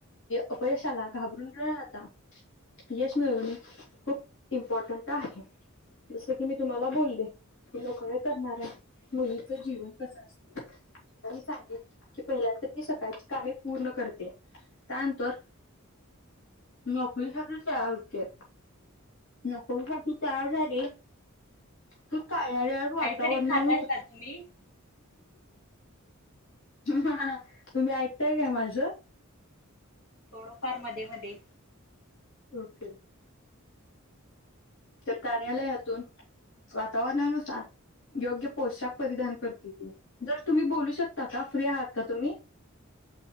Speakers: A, on the left; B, on the left.
A: अपयशाला घाबरून राहता. यश मिळवणे खूप इम्पॉर्टंट आहे जसं की मी तुम्हाला बोलले. नोकरी करणाऱ्या मुलीचं जीवन कसं असते? आता मी सांगिते की पहिल्या तर ती सकाळची कामे पूर्ण करते. त्या नंतर नोकरीसाठी तयार होतीया, नोकरीसाठी तयार झाली. की कार्यालयात वातावरणा
B: काहीतरी खाताय
A: नुसार
B: का तुम्ही
A: हा तुम्ही ऐकताय काय माझ?
B: थोडफार मध्ये, मध्ये
A: ओके. तर कार्यालयातून वातावरणा नुसार योग्य पोशाख परिधान कर त जर तुम्ही बोलू शकता का फ्री आहात का तुम्ही?